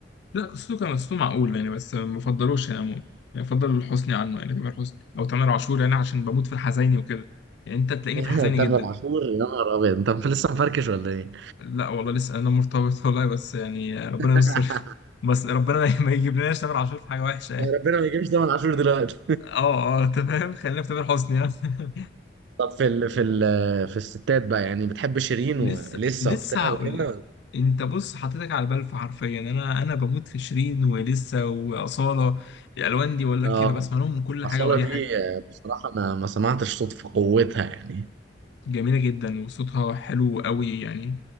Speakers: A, on the left; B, on the right.
A: لا صوته كان صوته معقول يعني بس ما بفضلوش يعني عمو- يعني بفضل حسني عنه يعني تامر حسني او تامر عاشور يعني عشان بموت في الحزيني وكده يعني انت تلاقيني
B: <laughs>
A: في الحزيني
B: تامر
A: جدا
B: عاشور يا نهار ابيض انت لسه مفركش ولا ايه
A: لا والله لسه انا مرتبط والله بس يعني ربنا
B: <laughs>
A: يستر <laughs> بس ربنا ما يجيبلناش تامر عاشور في حاجة وحشة يعني
B: ربنا ما يجيبش تامر عاشور دلوقتي
A: اه اه انت فاهم خلينا في تامر حسني يعني <laughs>
B: <laughs> طب في ال في ال في الستات بقى يعني بتحب شيرين
A: لسه
B: ولسه
A: لسه
B: وبتاع
A: هقول
B: وكده
A: لك انت بص حطيتك على البلف حرفيا انا انا بموت في شيرين ولسه واصاله الالوان دي بقول لك
B: اه
A: إيه، انا بسمع لهم من كل
B: أصالة
A: حاجه واي
B: دي
A: حاجه
B: آه، بصراحة ما ما سمعتش صوت في قوتها يعني
A: جميله جدا وصوتها حلو قوي يعني